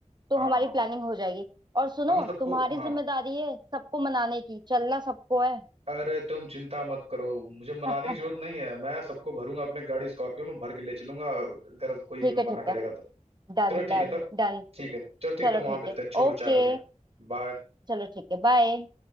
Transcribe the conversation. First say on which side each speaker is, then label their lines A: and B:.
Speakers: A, on the right; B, on the right.
A: तो
B: हाँ
A: हमारी
B: हाँ
A: प्लानिंग हो जाएगी और सुनो
B: हमें सबको
A: तुम्हारी
B: हाँ
A: जिम्मेदारी है सबको मनाने की चलना सबको है
B: अरे तुम चिंता मत करो मुझे मनाने
A: <laughs>
B: की
A: ठीक
B: जरूरत नहीं है मैं सबको भरूंगा अपने गाड़ी स्कॉर्पियो में भर के ले चलूंगा अगर कोई
A: है ठीक
B: मना करेगा
A: है
B: तो
A: Done
B: चलो
A: done
B: ठीक है तब
A: done
B: ठीक है चलो ठीक
A: चलो
B: है तब वहां
A: ठीक
B: मिलते
A: है
B: हैं छोटू
A: ओके
B: चाय वाले के बाय
A: चलो ठीक है बाय